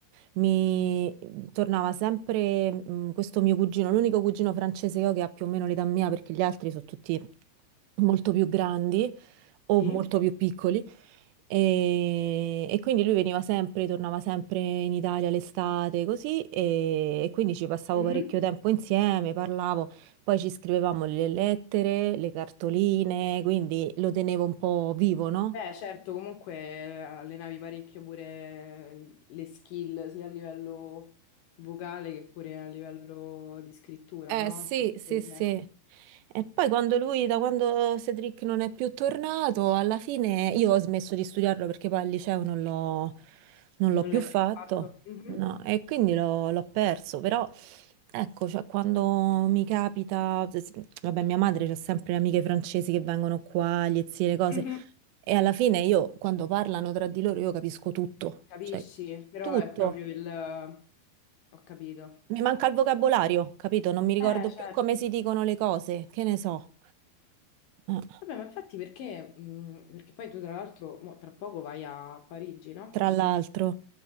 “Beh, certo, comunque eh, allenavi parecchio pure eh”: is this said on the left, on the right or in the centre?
Left